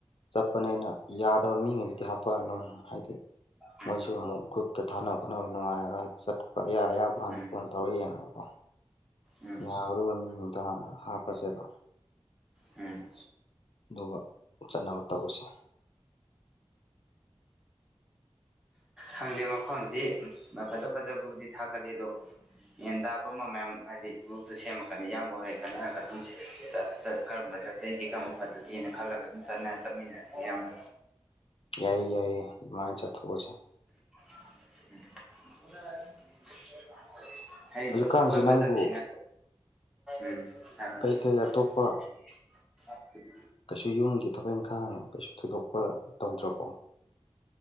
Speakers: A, on the left; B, in the centre.
A: ꯆꯠꯄꯅꯦꯅ ꯌꯥꯗꯕ ꯃꯤꯉꯩꯗꯤ ꯍꯥꯞꯄꯛꯑꯅꯨ ꯍꯥꯏꯗꯤ
B: ꯎꯝ
A: ꯃꯣꯏꯁꯨ ꯑꯃꯨꯛ ꯒ꯭ꯔꯨꯞ꯫ ꯑꯝ ꯊꯥꯅꯕ ꯈꯣꯠꯅꯕ ꯅꯨꯡꯉꯥꯏꯔ ꯆꯠꯄ ꯑꯌꯥ ꯑꯌꯥꯕ ꯍꯥꯟꯅ
B: ꯎꯝ
A: ꯐꯣꯟ ꯇꯧꯔꯒ ꯌꯦꯡꯉꯒꯀꯣ꯫
B: ꯎꯝ
A: ꯌꯥꯒꯗꯧꯕ ꯃꯤꯗꯨꯇ ꯍꯥꯟꯅ ꯍꯥꯞꯄꯁꯦꯕ
B: ꯎꯝ
A: ꯑꯗꯨꯒ ꯆꯠꯅꯕ ꯇꯧꯔꯁꯦ
B: ꯈꯪꯗꯦ ꯃꯐꯝꯁꯤ ꯃꯥ ꯐꯖ ꯐꯖꯕꯕꯨꯗꯤ ꯊꯥꯒꯠꯂꯤ ꯑꯗꯣ ꯒꯤꯌꯦꯟ ꯇꯥꯕ ꯑꯃ ꯃꯌꯥꯝ ꯍꯥꯏꯗꯤ ꯒ꯭ꯔꯨꯞꯇꯨ ꯁꯦꯝꯃꯀꯥꯟꯗ ꯏꯌꯥꯝꯕ ꯍꯣꯏ ꯈꯅꯔꯒ ꯑꯗꯨꯝ꯫ ꯀꯔꯝꯕ ꯆꯠꯁꯦꯒꯦ ꯀꯔꯝꯕ ꯐꯖꯒꯦꯅ ꯈꯜꯂꯒ ꯑꯗꯨꯝ ꯆꯠꯅ ꯆꯠꯃꯤꯟꯅꯔꯁꯦ ꯏꯌꯥꯝꯕ
A: ꯌꯥꯏꯌꯦ ꯌꯥꯏꯌꯦ ꯑꯗꯨꯃꯥꯏꯅ ꯆꯠꯊꯣꯛꯑꯁꯦ
B: <unintelligible> ꯑꯩ
A: ꯍꯧꯖꯤꯛꯀꯥꯟꯁꯦ
B: ꯀꯣꯕ
A: ꯅꯪꯕꯨ
B: ꯆꯠꯂꯦꯅ ꯎꯝ꯫ inaudible
A: ꯀꯩꯀꯩ ꯑꯇꯣꯞꯄ ꯨ ꯌꯨꯝꯒꯤ ꯊꯕꯛ ꯏꯪꯈꯥꯡ ꯀꯩꯁꯨ ꯊꯣꯏꯗꯣꯛꯄ ꯇꯧꯗ꯭ꯔꯕꯣ꯫